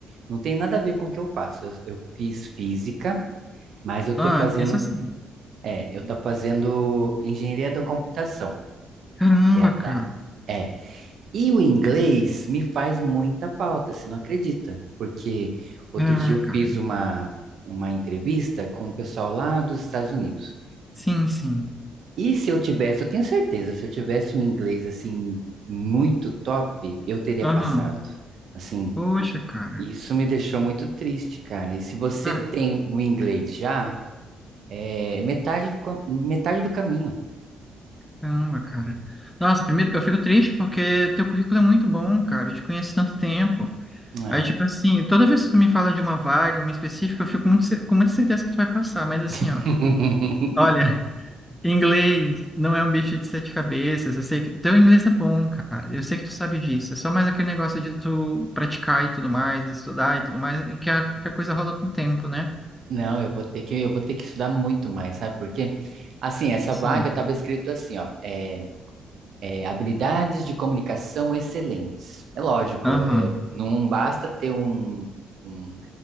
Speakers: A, on the right; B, in the centre.
A: não tem nada a ver com o que eu faço. Eu, eu fiz física, mas eu
B: Ah,
A: tô fazendo
B: isso é assim.
A: É, eu estou fazendo engenharia da computação,
B: Caramba,
A: que é
B: cara.
A: na. É. E o inglês me faz muita falta, você não acredita? Porque outro
B: Ah,
A: dia eu fiz
B: cara.
A: uma, uma entrevista com o pessoal lá dos Estados Unidos.
B: Sim, sim.
A: E se eu tivesse, eu tenho certeza, se eu tivesse um inglês assim muito top, eu teria
B: Aham.
A: passado. Assim,
B: Poxa, cara.
A: isso me deixou muito triste, cara. E se você
B: Cara,
A: tem o inglês já, é metade, do cam- metade do caminho.
B: caramba, cara. Nossa, primeiro, eu fico triste porque teu currículo é muito bom, cara. Eu te conheço há tanto tempo.
A: É.
B: Aí, tipo assim, toda vez que tu me fala de uma vaga, uma específica, eu fico muito, ce- com muita certeza que tu vai passar. Mas assim,
A: <laughs>
B: ó. Olha, <laughs> inglês não é um bicho de sete cabeças. Eu sei que teu inglês é bom, cara. Eu sei que tu sabe disso. É só mais aquele negócio de tu praticar e tudo mais, estudar e tudo mais, que a, que a coisa rola com o tempo, né?
A: Não, eu vou ter que, eu vou ter que estudar muito mais, sabe por quê? Assim, essa
B: Sim.
A: vaga estava escrito assim, ó, é, é, habilidades de comunicação excelentes. É lógico,
B: Aham.
A: é, não basta ter um, um,